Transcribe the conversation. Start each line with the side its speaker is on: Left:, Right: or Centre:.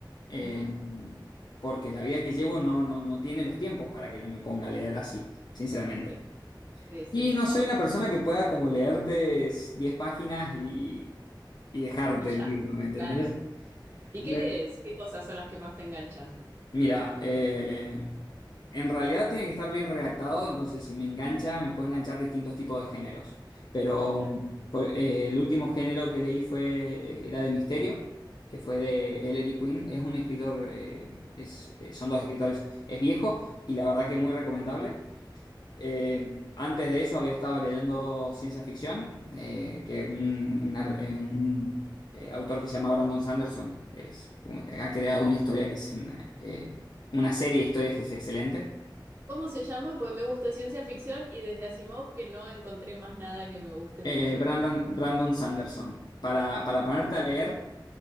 Left: eh,
Right: Ujú,
Left: porque la vida que llevo no, no, no tiene los tiempos para que yo me ponga a leer así, sinceramente.
Right: Sí, sí, sí,
Left: Y
Right: sí.
Left: no soy una persona que pueda como leerte 10 páginas y, y dejarte
Right: Y ya,
Left: el libro, ¿me entendés?
Right: claro. ¿Y
Left: Me-
Right: qué lees? ¿Qué cosas son las que más te enganchan?
Left: Mira, eh, en realidad tiene que estar bien redactado, entonces si me engancha, me puede enganchar distintos tipos de géneros. Pero
Right: Mirá.
Left: por- eh, el último género que leí fue, eh, era de misterio, que fue de Ellery Queen. Es un escritor, eh, es- eh, son dos escritores, es viejo y la verdad que muy recomendable. Eh, antes de eso había estado leyendo ciencia ficción, eh, que un, un ar- eh, un, eh, autor que se llama Brandon Sanderson es un- ha creado una historia que es una, eh, una serie de historias que es excelente.
Right: ¿Cómo se llama? Pues me gusta ciencia ficción y desde Asimov que no encontré más nada que me guste mucho.
Left: Eh, Brandon, Brandon Sanderson, para, para ponerte a leer,